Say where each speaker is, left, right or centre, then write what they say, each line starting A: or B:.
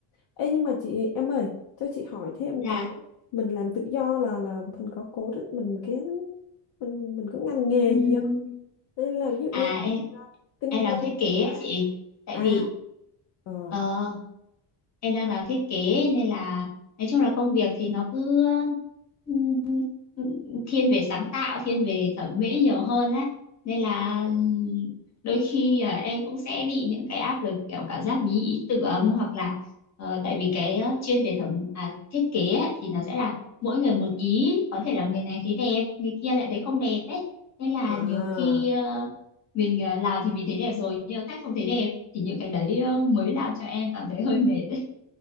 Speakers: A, on the left; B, on the left.
A: Ê nhưng mà chị em ơi cho chị hỏi thêm
B: dạ
A: cái nữa. mình làm tự do là là mình có cố định mình cái mình mình có ngành nghề
B: Ừm,
A: gì không nên là ví dụ
B: à
A: như là,
B: em
A: à, kinh
B: em làm
A: doanh
B: thiết kế
A: vàng
B: ấy chị tại
A: à
B: vì
A: ờ
B: ờ em đang làm thiết kế nên là nói chung là công việc thì nó cứ ừm, thiên về sáng tạo thiên về thẩm mỹ nhiều hơn đấy nên là ừm, đôi khi à, em cũng sẽ bị những cái áp lực kiểu cảm giác bí ý tưởng hoặc là ờ, tại vì cái ờ, chuyên về thẩm à, thiết kế ấy, thì nó sẽ là mỗi người một ý có thể là người này thấy đẹp người kia lại thấy không đẹp ấy nên là
A: à
B: nhiều khi ờ, mình ờ, làm thì mình thấy đẹp rồi nhưng mà khách không thấy đẹp thì những cái đấy ờ, mới làm cho em cảm thấy hơi mệt